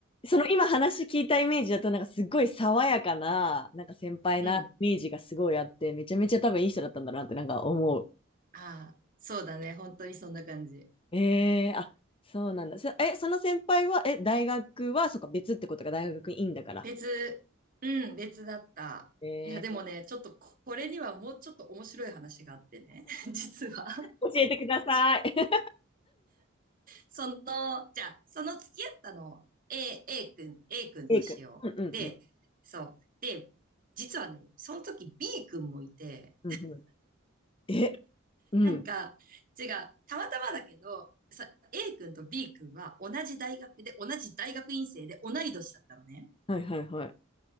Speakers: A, on the left; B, on the right.
A: その今話聞いたイメージだと、なんかすっごい爽やかな、なんか先輩なイメージがすごいあって、
B: うん。
A: めちゃめちゃ多分いい人だったんだなってなんか思う。
B: ああ、そうだね。本当にそんな感じ。
A: えー、あ、そうなんだ。そえ、その先輩は、え、大学は、そっか、別ってことが大学院だから。
B: 別、うん、別だった。
A: えー、
B: いや、でもね、ちょっとここれにはもうちょっと面白い話があってね、<laughs> 実は。
A: 教えてください。
B: その、じゃあ、その付き合ったのを A、A 君、A
A: <laughs>
B: 君としよう。
A: えイ君。うんうんうん。
B: で、そう。で、実はね、その時 B 君もいて、
A: うんうん。え、うん。
B: なんか、違う、たまたまだけど、さ A 君と B 君は同じ大学で、同じ大学院生で同い年だったのね。
A: はいはいはい。